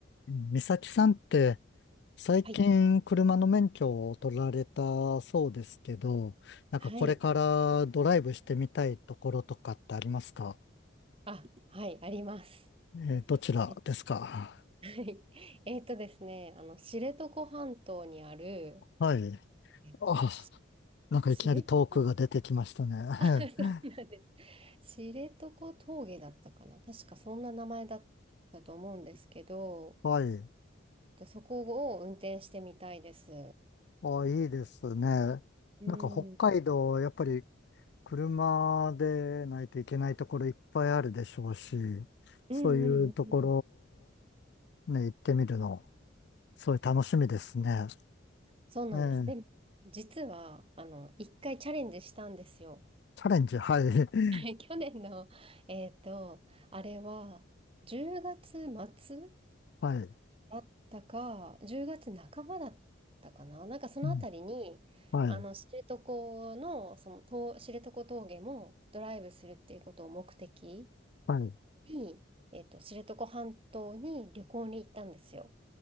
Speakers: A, on the left; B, on the right.
A: 美咲さんって最近車の免許を取られたそうですけど、
B: はい。
A: なんかこれからドライブしてみたいところとかってありますか
B: はい。あ、はい、あります。
A: えーどちらですか
B: え、はい。<laughs> えっとですね、あの、知床半島にある、
A: はい。
B: えっと、
A: あ、
B: し
A: なんかいきなりトークが出てきましたね。
B: 知床 <laughs> あ、そうなんです。
A: <laughs>
B: 知床峠だったかな。確かそんな名前だったと思うんですけど、
A: はい。
B: えっとそこを運転してみたいです。
A: あ、いいですね。
B: うん。
A: なんか北海道、
B: うん
A: やっぱり車でないといけないところいっぱいあるでしょうし、
B: うんうん。
A: そういうところね、行ってみるのそういう楽しみですね。
B: そうなんです。
A: ええ、
B: でも、実は、あの、一回チャレンジしたんですよ。
A: チャレンジ、はい。<laughs>
B: はい、去年の、えっと、あれは、10月末
A: はい。
B: だったか、10月半ばだったかな。なんかそのあたりに、
A: うん、はい。
B: あの、知床の、その、と知床峠もドライブするっていうことを目的
A: はい。
B: に、えっと、知床半島に旅行に行ったんですよ。